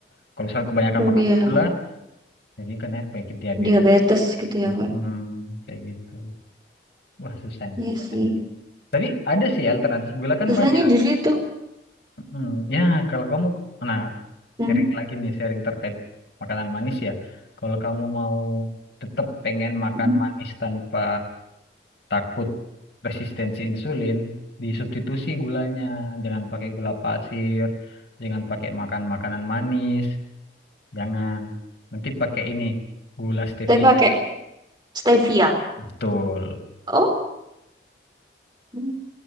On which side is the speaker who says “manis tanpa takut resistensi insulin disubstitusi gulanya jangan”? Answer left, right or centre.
Left